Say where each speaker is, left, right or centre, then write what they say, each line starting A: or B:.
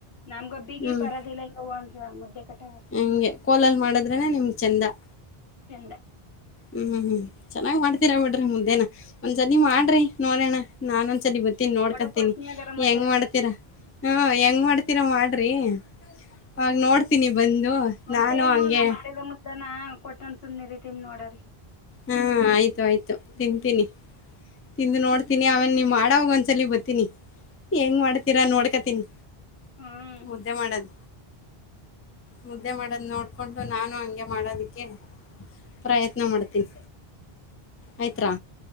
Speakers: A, on the left; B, on the left.
A: ನಮ್ಗ ಬಿಗಿ
B: ಹ್ಮ್
A: ಬರೋದಿಲ್ಲ ಇ ಒಂದಸ ಮುದ್ದೆ ಕಟ್ಟ
B: ಹಂಗೆ ಕೋಲಲ್ ಮಾಡದ್ರನೆ ನಿಮ್ ಚಂದ
A: ಎಂಡ
B: ಹ್ಮ್ ಹ್ಮ್ ಹ್ಮ್ ಚನ್ನಾಗ್ ಮಾಡ್ತೀರ ಬಿಡ್ರಿ ಮುದ್ದೇನ ಒಂದ್ ಜನಿ ಮಾಡ್ರಿ ನೋಡಣ ನಾನೊಂದ್ಸಲ ಬತ್ತೀನಿ ನೋಡ್ಕೊಂತೀನಿ
A: ಬಡಗ್ ಕೊಟ್ನಿಗಾರ ಮತ್ತೆ
B: ಹೆಂಗ್ ಮಾಡ್ತೀರಾ ಹ್ಮ ಹೆಂಗ್ ಮಾಡ್ತೀರಾ ಮಾಡ್ರಿ ಅವಾಗ ನೋಡ್ತೀನಿ ಬಂದು
A: ಒಂದ್
B: ನಾನು
A: ಟೈಮ್
B: ಹಂಗೆ
A: ನಾ ಮಾಡಿದ ಮುತ್ತನ ಕೊಟ್ಟನ್ ಸುಮ್ ಇದತಿನಿ ನೋಡ್ರರಿ
B: ಹಾ ಆಯ್ತು ಆಯ್ತು ತಿಂತೀನಿ
A: ಹ್ಮ್
B: ತಿಂದು ನೋಡ್ತೀನಿ ಆಮೇಲೆ ನೀವು ಮಾಡೋವಾಗ ಒಂದ್ಸಲ ಬರ್ತೀನಿ ಹೆಂಗ್ ಮಾಡ್ತೀರಾ ನೋಡ್ಕೋತೀನಿ
A: ಹ್ಮ್
B: ಮುದ್ದೆ ಮಾಡದ ಮುದ್ದೆ ಮಾಡೋದ ನೋಡ್ಕೊಂಡು ನಾನು ಹಂಗೆ ಮಾಡೋದಕ್ಕೆ ಪ್ರಯತ್ನ ಮಾಡ್ತೀನಿ ಆಯ್ತ್ರಾ